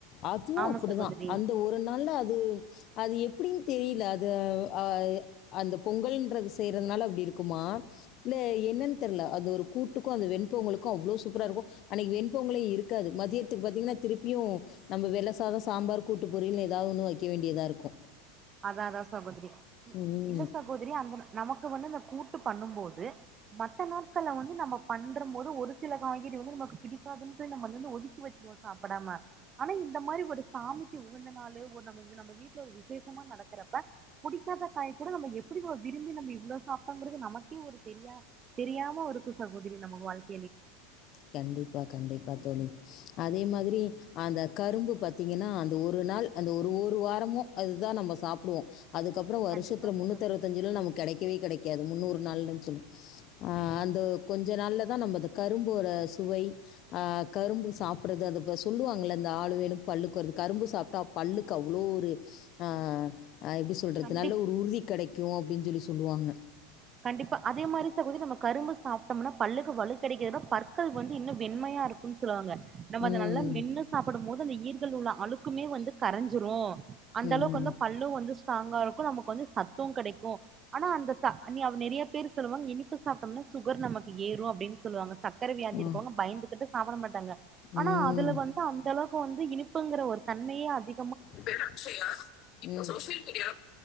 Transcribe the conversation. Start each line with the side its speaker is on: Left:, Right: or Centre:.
Left: அதுவு
Right: ஆமா
Left: அப்புடித
Right: சகோதரி
Left: அந்த ஒரு நாள்ல அது அது எப்புடின் தெரில அது அ அ அந்த பொங்கல்ன்றது செய்யறதுனால அப்படி இரு க்குமா இல்ல என்னன் தெரல அந்த ஒரு கூட்டுக்கு அந்த வெண்பொங்கலுக்கு அவ்ளோ சூப்பரா இருக்கு அன்னைக்கு வெண்பொங்கலெ இருக்காது மத்தியத்துக்கு பாத்தீங்கன்ன திருப்பியு நம்ப வெள்ள சாதொ சாம்பாரு கூட்டு பொரியல்னு ஏதாவது ஒண்ணு வைக்க வேண்டியதா இருக்கு
Right: அதா அதா சகோதிரி
Left: ம்.
Right: இந்த சகோதிரி அந்த நமக்கு வந்து இந்த கூட்டு பண்ணும் போது மத்த நாட்கள்ள வந்து நம்ம பண்ற போது ஒரு சில காய்கறி வந்து நமக்கு பிடிக்காதுன்ட்டு நம்மந்து ஒதுக்கி வச்சுருவோ சாப்படாம ஆனா இந்த மாதிரி ஒரு சாமிக்கு உகந்த நாலு ஒரு நம்ப நம்ப வீட்டுல ஒரு விசேஷ <unintelligible> நடக்கறப்ப புடிக்கத காய் கூட நம்ப எப்புடி விரும்பி நம்ம இவ்வளோ சாப்ட்டோங்கறது நமக்கே ஒரு தெரியா தெரியாம ஒருக்கு சகோதிரி நம்ம வாழ்க்
Left: கண்டிப்பா கண்டிப்பா தோழி அதே மாதிரி அந்த கரும்பு பாத்தீங்கன்னா அந்த ஒரு நாள் அந்த ஒரு ஒரு வாரமு அதுத நம்ப சாப்புடுவோ அதுக்கப்பொறோ வருஷத்துள
Right: கண்டிப்பா
Left: முன்னூத்
Right: சகோதரி
Left: அறுவத்தஞ்சுலா நமக்கு கெடைக்கவே கெடைக்காது முன்னூறு நாள்ன்னு சொல்ல ஆஹ் அந்த கொஞ்ச நாள்ல தான் நம்மது கரும்போட சுவை ஹ கரும்பு சாப்புடடுறது சொல்லுவாங்கள இந்த ஆளு வேணு பல்லுக்கு வருது கரும்பு சாப்பிட்டா பல்லுக்கு அவ்ளோ ஒரு ஹ ஹ எப்படி சொல்றது
Right: கண்டிப்பா
Left: நல்ல ஒரு உறுதி கிடைக் <unintelligible> அப்டின்னு சொல்லி சொல்லுவாங்க
Right: கண்டிப்பா அதே மாரி சகோதி நம்ம கரும்பு சாப்டம்னா பல்லுக்கு வலு கெடைக்குட பற்கள் வந்து இன்னு வெண்மையா இருக்குன் சொல்லுவாங்க நம்ம அத
Left: ம்.
Right: நல்லா மென்னு சாப்புடும் போது அந்த ஈர்களுலா அழுக்குமே வந்து கரஞ்சிரு அந்த
Left: ம்.
Right: அளவுக்கு வந்து பல்லு வந்து ஸ்ட்ராங்கா இருக்கு நமக்கு வந்து சத்து கெடைக்கு ஆனா அந்த ச அப் நெறைய பேரு சொல்லுவாங் இனிப்பு சாப்டம்னா சுகர் நமக்கு ஏறூ அப்டின் சொல்லுவாங்க சக் க்கர வியாதி
Left: அ.
Right: இருக்கவங்க பயந்துகிட்டு சாப்புட மாட்டாங்க ஆனா
Left: ம்.
Right: அதுல வந்து அந்தளவுக்கு வந்து இனிப் ப்புங்கிற ஒரு தன்மையே அதி
Left: எ பேரு அக்ஷயா ம் இப்ப சோஷியல் மீடியா